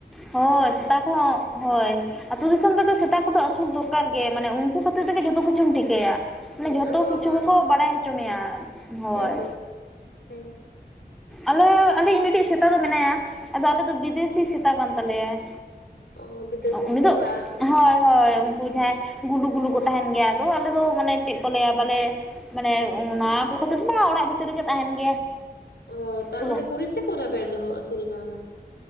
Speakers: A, in the centre; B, on the left.
A: ᱦᱳᱭ, ᱥᱮᱛᱟ ᱠᱚᱦᱚᱸ ᱦᱳᱭ ᱾ ᱟᱹᱛᱩ ᱫᱤᱥᱚᱢ ᱨᱮᱫᱚ ᱥᱮᱛᱟ ᱠᱚᱫᱚ ᱟᱹᱥᱩᱞ ᱫᱚᱨᱟᱨ ᱜᱮᱭᱟ, ᱢᱟᱱᱮ ᱩᱱᱠᱩ ᱠᱷᱟᱹᱛᱤᱨ ᱛᱮᱜᱮ ᱡᱚᱛᱚ ᱠᱤᱪᱷᱩᱢ ᱴᱷᱤᱠᱟᱹᱭᱟ ᱾ ᱢᱟᱱᱮ
B: ᱦᱩᱸ
A: ᱡᱷᱚᱛᱚ
B: ᱟᱫᱚ
A: ᱠᱤᱪᱷᱩ
B: ᱵᱟᱠᱷᱟᱱ
A: ᱜᱮᱠᱚ ᱵᱟᱲᱟᱭ ᱦᱚᱪᱚ ᱢᱮᱭᱟ ᱦᱳᱭ
B: ᱦᱮᱸᱛᱚ ᱦᱮᱸ
A: ᱟᱞᱮ ᱟᱞᱮ ᱤᱡ ᱢᱤᱫᱴᱤᱡ ᱥᱮᱛᱟ ᱫᱚ ᱢᱮᱱᱟᱭᱟ ᱟᱫᱚ ᱟᱞᱮ ᱫᱚ ᱵᱤᱫᱮᱥᱤ ᱥᱮᱛᱟ ᱠᱟᱱ ᱛᱟᱞᱮᱭᱟ
B: ᱚ ᱵᱤᱫᱮᱥᱤ
A: ᱩᱱᱤ
B: ᱥᱮᱛᱟ
A: ᱫᱚ
B: ᱵᱟᱝ
A: ᱦᱳᱭ ᱦᱳᱭ ᱩᱱᱠᱩ ᱡᱟᱸᱦᱟᱭ ᱜᱩᱞᱩ ᱜᱩᱞᱩ ᱠᱚ ᱛᱟᱦᱮᱱ ᱜᱮᱭᱟ ᱟᱫᱚ ᱟᱞᱮ ᱫᱚ ᱢᱟᱱᱮ ᱪᱮᱫ ᱠᱚ ᱞᱟᱹᱭᱟ ᱵᱟᱞᱮ ᱢᱟᱱᱮ ᱚᱱᱟ ᱠᱚ ᱠᱷᱟᱹᱛᱤᱨ ᱫᱚ ᱵᱟᱝ ᱚᱲᱟᱜ ᱵᱷᱤ ᱵᱷᱤᱛᱤᱨ ᱨᱮᱜᱮ ᱛᱟᱸᱦᱮᱱ ᱜᱮᱭᱟ
B: ᱚ ᱛᱟᱨᱢᱟᱱᱮ
A: ᱛᱚ
B: ᱠᱩᱲᱤ ᱥᱮ ᱠᱚᱲᱟ ᱯᱮ ᱫᱚᱦᱚ ᱟᱹᱥᱩᱞ ᱠᱟᱣᱱᱟ